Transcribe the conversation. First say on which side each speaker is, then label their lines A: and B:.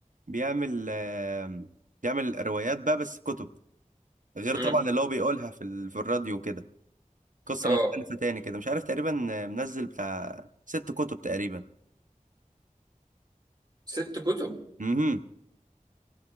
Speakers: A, on the right; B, on the right.
A: بيعمل آم، بيعمل روايات بقى بس كتب غير
B: امم
A: طبعا اللي هو بيقولها في ال- في الراديو كده قصة
B: اه
A: مختلفة تاني كده مش عارف تقريبا آه، منزل بتاع ست كتب تقريبا
B: ست كتب
A: امم